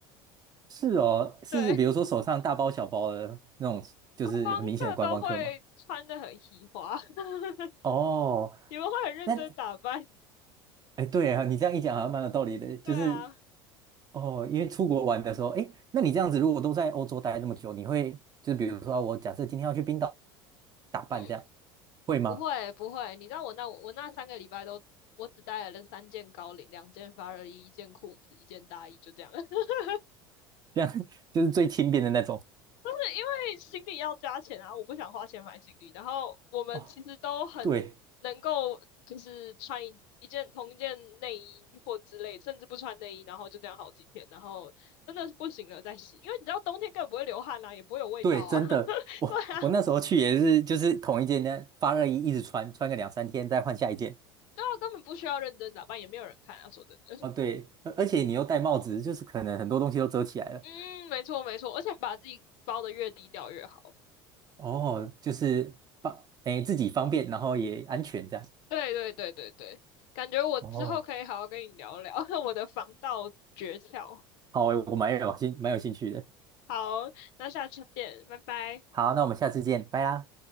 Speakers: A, on the right; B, on the left.
A: 是哦，是比如说手上大包小包的那种，
B: 对，
A: 就是很明显的观光客嘛。
B: 观光客都会穿的很喜花，<laughs>
A: 哦，
B: 你们会很认真打扮，
A: 那哎，对啊，你这样一讲好像蛮有道理的，就是
B: 对啊，
A: 哦，因为出国玩的时候，哎，那你这样子如果都在欧洲待那么久，你会就比如说啊我假设今天要去冰岛打扮，
B: 嗯，
A: 这样会吗？
B: 不会不会，你知道我那我那三个礼拜都，我只带了三件高领，两件发热衣，一件裤子，一件大衣，就这样。<laughs>
A: 这样 <laughs> 就是最轻便的那种。
B: 对，因为行李要加钱啊，我不想花钱买行李。然后我们其实都很能够，
A: 哦，对
B: 就是穿一一件同一件内衣或之类，甚至不穿内衣，然后就这样好几天，然后真的是不行了再洗，因为你知道冬天根本不会流汗啊，也不会有味道啊。
A: 对，真的，
B: <laughs>
A: 我我那时候去也是，
B: 对啊，
A: 就是同一件呢发热衣一直穿，穿个两三天再换下一件。
B: 对啊，根本不需要认真打扮，也没有人看啊。说真的，
A: 哦，对，而而且你又戴帽子，就是可能很多东西都遮起来了。
B: 嗯，没错没错，而且把自己包的越低调越好。
A: 哦，就是方哎自己方便，然后也安全这样。
B: 对对对对对，感觉我之后可以好好跟你聊聊
A: 哦，
B: <laughs> 我的防盗诀窍。
A: 好，我蛮有兴蛮有兴趣的。
B: 好，那下次见，拜拜。
A: 好，那我们下次见，拜啦。